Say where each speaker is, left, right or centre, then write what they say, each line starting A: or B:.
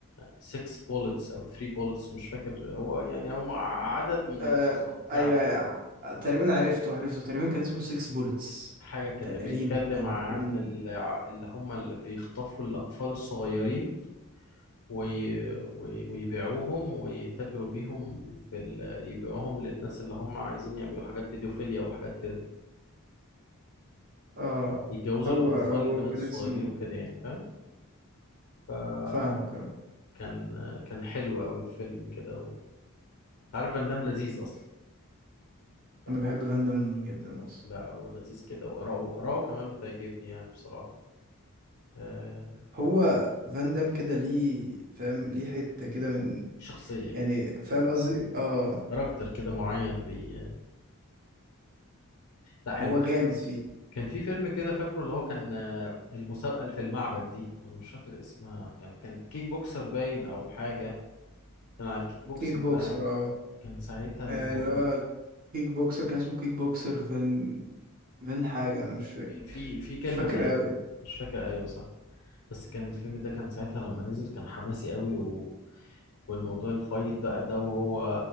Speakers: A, on the left; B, on the right.
A: 6 بولتس او 3 بولتس مش فاكر هو يعني هم عدد من
B: آه
A: الرصاصات في
B: ايوه
A: عدد
B: أيوة. تقريبا عرفته عرفته تقريبا كان اسمه 6 بولتس
A: حاجه كده
B: تقريبا
A: بيتكلم
B: تقريبا
A: عن ال- اللي هم اللي بيخطفوا الاطفال الصغيرين وي... وي... ويبيعوهم ويتاجروا بيهم في ال... يبيعوهم للناس اللي هم عايزين يعملوا حاجات بيدوفيليا وحاجات كده
B: اه
A: فيتجوزوا
B: هو
A: الأطفال
B: هو
A: البنات
B: كان
A: الصغيرين
B: اسمه
A: وكده يعني فاهم فكان
B: فاهمك اه
A: كان حلو قوي الفيلم كده و... عارف فان دام لذيذ أصلا ف...
B: انا بحب فاندم جدا اصلا
A: لا هو لذيذ كده وآراءه آراءه كمان بتعجبني يعني بصراحة آه...
B: هو فاندم كده ليه فاهم ليه حتة كده من
A: شخصية كده
B: يعني فاهم قصدي
A: معينة
B: اه
A: كاركتر كده معين بي... لا حلو
B: هو جامد فيه
A: كان في فيلم كده فاكره اللي هو كان آه، المسابقة اللي في المعبد دي انا مش فاكر اسمها كان كان كيك بوكسر باين او حاجة كان على الكيك بوكسنج
B: كيك بوكسر
A: بقى
B: اه
A: كان ساعتها
B: آه،
A: الموضوع
B: اللي هو كيك بوكسر كان اسمه كيك بوكسر فان فان حاجة انا مش فاكر
A: في في في كلمة
B: مش فاكر
A: تانية
B: قوي
A: مش فاكر ايوه صح بس كان الفيلم ده كان ساعتها لما نزل كان حماسي قوي و... والموضوع الفايت بقى ده وهو